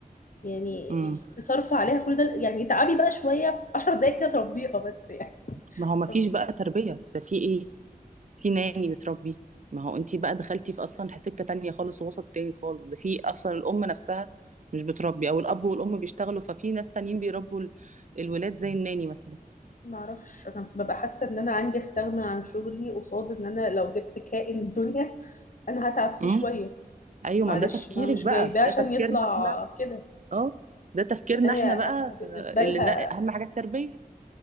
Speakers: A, on the left; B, on the right.
A: يعني
B: امم
A: تصرف عليها كل ده يعني اتعبي بقى شويه في 10 دقايق كده تربيها بس يعني
B: ما هو ما فيش
A: فم-
B: بقى تربيه ده في ايه في ناني بتربي ما هو انت بقى دخلتي في اصلا سكه تانية خالص ووسط تاني خالص ده في اصلا الام نفسها مش بتربي او الاب والام بيشتغلوا ففي ناس تانيين بيربوا ال- الولاد زي الناني مثلا
A: ما اعرفش انا ببقى حاسه ان انا عندي استغنى عن شغلي قصاد ان انا لو جبت كائن الدنيا انا هتعب فيه
B: آه.
A: شويه
B: ايوه
A: معلش
B: ما ده تفكيرك
A: ما انا مش
B: بقى
A: جايباه عشان
B: ده تفكيرنا
A: يطلع
B: احنا
A: كده
B: اه ده تفكيرنا
A: يعني
B: احنا بقى
A: أنا- ما هو بالنسبه
B: ف-
A: لها
B: اللي ده اهم حاجه التربيه